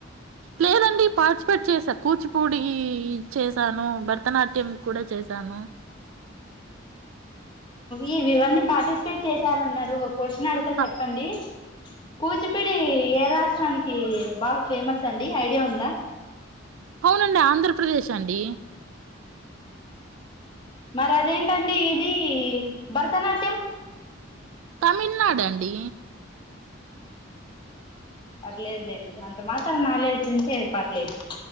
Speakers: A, on the right (about 80°); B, on the left (about 25°).
A: లేదండి పార్టిసిపేట్ చేసా కూచిపూడి చేసాను భరతనాట్యం కూడా చేశాను
B: ఇ ఇవన్నీ పార్టిసిపేట్ చేశారున్నారు క్వశ్చన్ అడతా చెప్పండి
A: అ
B: కూచిపడి ఏ రాష్ట్రానికి బాగా ఫేమస్ అండి ఐడియా ఉందా
A: అవునండి ఆంధ్రప్రదేశ్ అండి
B: మరి అదేంటండి ఇది భరతనాట్యం
A: తమిళనాడు అండి
B: పర్లేదులేండి అంత మాత్రం నాలెడ్జ్ ఉంటే పర్లేదు